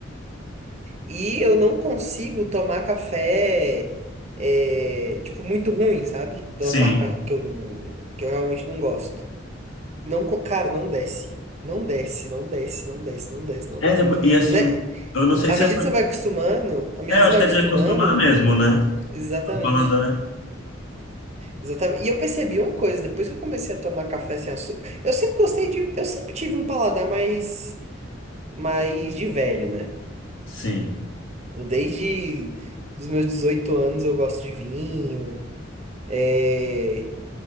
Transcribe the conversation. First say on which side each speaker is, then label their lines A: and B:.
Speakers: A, on the right (about 35°); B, on the left (about 85°).
A: e eu não consigo tomar café é, tipo muito ruim, sabe? De
B: sim.
A: umas marcas que eu não, que eu realmente não gosto. Não, co- cara, não desce. Não desce, não desce, não desce, não desce, não
B: É,
A: desce.
B: depo- e assim,
A: Né?
B: eu não sei
A: À
B: se
A: medida
B: é por...
A: que você vai acostumando, à medida
B: É, eu
A: que
B: acho
A: você vai
B: que
A: acostumando,
B: é de acostumar mesmo, né?
A: exatamente.
B: O paladar.
A: Exatamente. E eu percebi uma coisa, depois que eu comecei a tomar café sem açúcar, eu sempre gostei de, eu sempre tive um paladar mais mas de velho, né?
B: Sim.
A: Desde os meus 18 anos eu gosto de vinho, é,